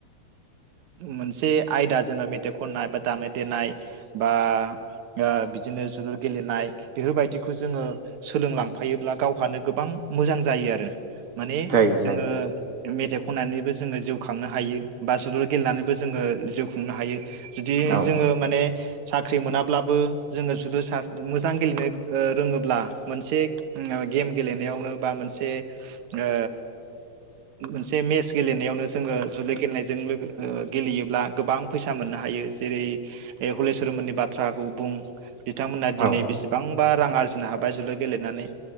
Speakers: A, on the right (about 75°); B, on the right (about 40°).
A: मोनसे आयदा जेनेबा मेथाइ खननाय बा दामनाय देनाय बा ओ बिदिनो जोलुर गेलेनाय बेफोरबायदिखौ जोङो सोलोंलांफायोब्ला गावहानो गोबां मोजां जायो आरो। माने
B: जायो
A: जोङो
B: जायो
A: मेथाइ खननानैबो जोङो जिउ खांनो हायो बा जोलुर गेलेनानैबो जोङो जिउ खुंनो हायो। जुदि
B: औ
A: जोङो माने साख्रि मोनाब्लाबो जोङो जुदि मोजां गेलेनो ओ रोङोब्ला मोनसे गेम गेलेनायावनो बा मोनसे ओ मोनसे मेस गेलेनायावनो जोङो जोलुर गेलेनायजों गेलेयोब्ला गोबां फैसा मोननो हायो। जेरै हलि सरन मोननि बाथ्राखौ बुं । बिथांमोनहा दिनै
B: औ
A: बेसेबां बा रां आरजिनो हाबाय जोलुर गेलेनानै